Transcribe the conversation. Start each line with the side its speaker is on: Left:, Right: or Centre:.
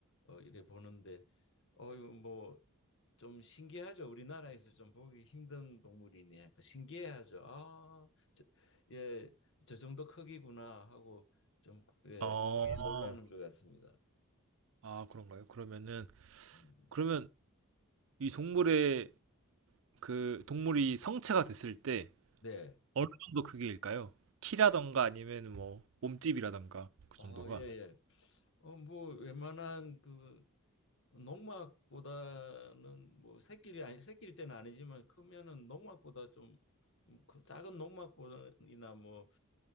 Left: 어 이래 보는데 어유 뭐 좀 신기하죠. 우리나라에서 좀 보기 힘든 동물이네. 그 신기해하죠. 아, 저, 예, 저 정도 크기구나 하고 좀 예,
Right: 어,
Left: 크게 놀라는 것 같습니다.
Right: 아, 그런가요? 그러면은,
Left: 음,
Right: 그러면 이 동물의 그 동물이 성체가 됐을 때
Left: 네.
Right: 어느 정도 크기일까요? 키라던가 아니면 뭐 몸집이라던가 그
Left: 아,
Right: 정도가?
Left: 예, 예. 어, 뭐 웬만한 그 농막보다는 뭐 새끼리 아니 새끼일 때는 아니지만 크면은 농막보다 좀그 작은 농막보다나 뭐